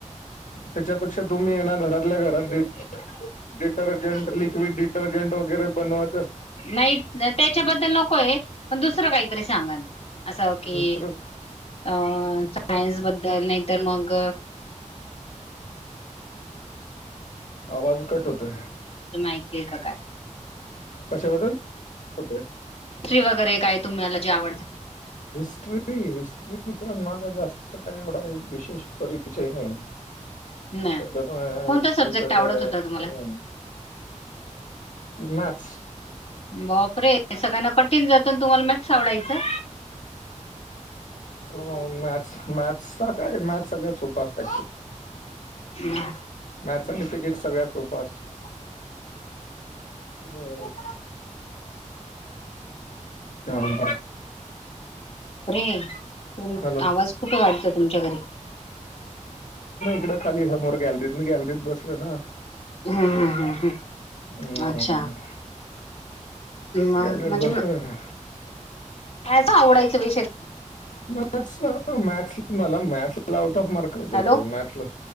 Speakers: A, on the left; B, on the left.
A: त्याच्यापेक्षा तुम्ही ये ना घरातल्या घरात द डिटर्जेंट लिक्विड, डीटर्जेंट वगैरे बनवा.
B: नाही त्याच्याबद्दल नको आहे पण दुसरं काहीतरी सांगा ना असं की
A: दुसरं
B: अ सायन्स बद्ल नाही तर मग
A: आवाज कट होतोय.
B: ऐकले का काय?
A: कशाबद्दल होतय?
B: हिस्ट्री वगैरे काय तुम्हाला जे आवडतं
A: हिस्ट्री हिस्ट्री हिस्टरी चा न माझा जास्त काही एवढा विशेष परिचय नाही
B: नाही
A: त्याच्यामुळे
B: कोणता
A: हिस्ट्रीच
B: सब्जेक्ट
A: काय
B: आवडत होता तुम्हाला
A: हम् मॅथ्स
B: बापरे सगळ्यांना कठीण जातं तुम्हाला मॅथ्स मॅथ आवडायचं
A: हो मॅथस मॅथ काय मॅथ सगळ्यात सोपं
B: हा.
A: मॅथ्स आणि फिजिक सगळ्यात सोपं असतं. हो. चालेल
B: अरे तु
A: हॅलो.
B: आवाज खुप वाटतं तुमच्या घरी
A: तिकडं खाली समोर गॅलरीत मी गॅलरीत बसलो ना--हम
B: हम्म हम्म हम्म अच्छा मग
A: गॅलरीत
B: म्हणजे
A: बसलो आहे ना
B: आवडायं विषय
A: मॅथ्स मॅथस मला मॅथ लाव आऊट ऑफ मार्क होत
B: हॅलो
A: मॅथला,